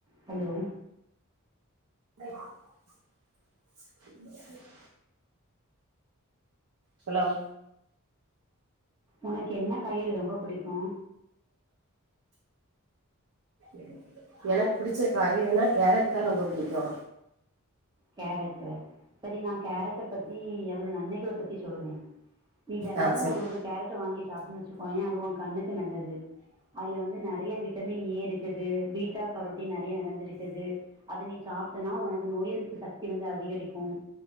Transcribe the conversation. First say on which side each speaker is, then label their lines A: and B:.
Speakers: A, on the right; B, on the right.
A: Hello
B: இதைப் <inaudible> hello
A: உனக்கு என்ன பயிறு ரொம்ப புடிக்கோ
B: என் எனக் பிடிச்ச காய்கறினா கேரட் தா ரொம்ப புடிக்கோ
A: கேரட்டு செரி நா கேரட்ட பத்தி அதோட நன்மைகள பத்தி சொல்றே நீ தெனமுக்ஷமூ
B: ஆ சொல்
A: ஒரு ஒரு கேரட்டு வாங்கி சாப்பிட்னோ வச்சிக் குவோயே அது உ கண்ணுக்கு நல்லது அதில வந்து நறய விட்டமின் ஏ இருக்குது பீட்டா கரோட்டின் நெறைய நிறஞ்சிருக்குது அத நீ கரோட்டின் நறைய நறஞ்சிருக்குது அத் நீ சாப்ட்டனா உனக்கு நோய் எதிர்ப்பு சக்தி வந்து அதிகரிக்கும்